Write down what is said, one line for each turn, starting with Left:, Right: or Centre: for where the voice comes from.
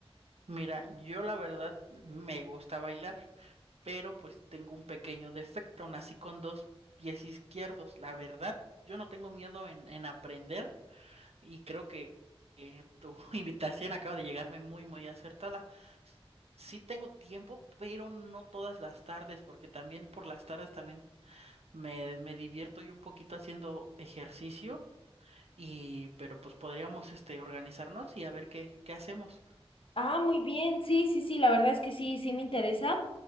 Right: mira, yo la verdad me gusta bailar, pero pues tengo un pequeño defecto, nací con dos pies izquierdos. La verdad, yo no tengo miedo en, en aprender y creo que, que tu <laughs> invitación acaba de llegarme muy, muy acertada. Sí tengo tiempo, pero no todas las tardes, porque también por las tardes también me, me divierto yo un poquito haciendo ejercicio y, pero pues podríamos este organizarnos y a ver qué, qué hacemos.
Left: Ah, muy bien, sí, sí, sí, la verdad es que sí, sí me interesa,